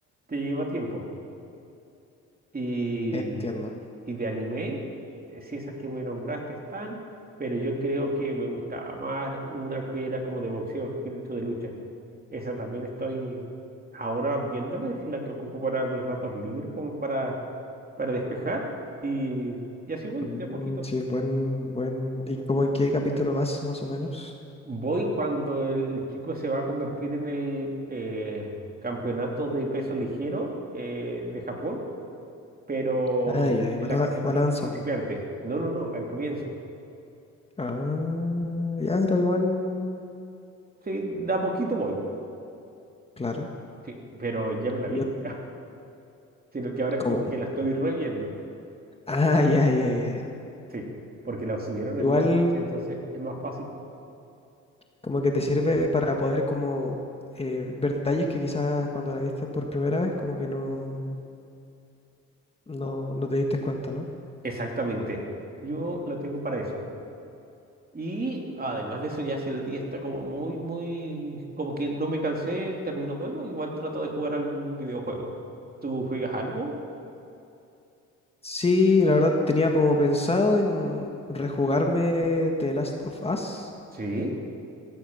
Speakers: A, on the right; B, on the left.
A: te lleva tiempo. Y,
B: <laughs> Entiendo.
A: y de anime, eh, sí esas que me nombraste están, pero yo creo que me gustaba más una que era como de boxeo, espíritu de lucha. Esa también estoy ahora viéndola, es la que ocupo para mis ratos libres, como para, para despejar y, y así voy
B: Mm,
A: de a poquito.
B: Sí, buen, buen. ¿Y cómo en qué capítulo vas, más o menos?
A: Voy cuando el chico se va a convertir en el eh, campeonato de peso ligero eh, de Japón, pero
B: Ah, ya, igual,
A: en la
B: ava-
A: categoría
B: igual avanzado.
A: de principiante. No, no, no, al comienzo.
B: Ah, ya, pero igual.
A: Sí, de a poquito voy.
B: Claro.
A: Sí, pero ya me la
B: Yo,
A: vi. <laughs> Sino que ahora es
B: ¿cómo?
A: como que
B: <laughs>
A: la estoy reviendo.
B: Ah, ya, ya, ya, ya.
A: Sí, porque la subieron
B: Igual,
A: en Netflix, entonces es más fácil.
B: como que te sirve para poder, como, eh, ver detalles que quizás cuando la viste por primera vez, como que no, no, no te diste cuenta, ¿no?
A: Exactamente. Yo la tengo para eso. Y además de eso, ya si el día está como muy, muy, como que no me cansé, termino bueno, igual trato de jugar algún videojuego. ¿Tú juegas algo?
B: Sí, la verdad tenía como pensado en rejugarme The Last of Us.
A: Sí,